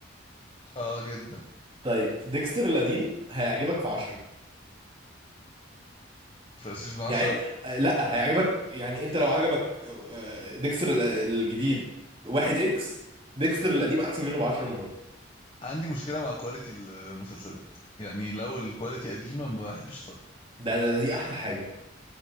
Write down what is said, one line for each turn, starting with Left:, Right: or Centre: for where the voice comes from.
Left: اه جدا
Right: طيب ديكستر القديم هيعجبك في 10
Left: في سيزون 10
Right: يعني آه، لا هيعجبك يعني انت لو عجبك آه، ديكستر ال- الجديد واحد اكس ديكستر القديم احسن منه ب 10 مرات
Left: عندي مشكله مع كواليتي المسلسلات يعني لو الكواليتي قديمه ما بحبش اتفرج
Right: ده, ده دي احلى حاجة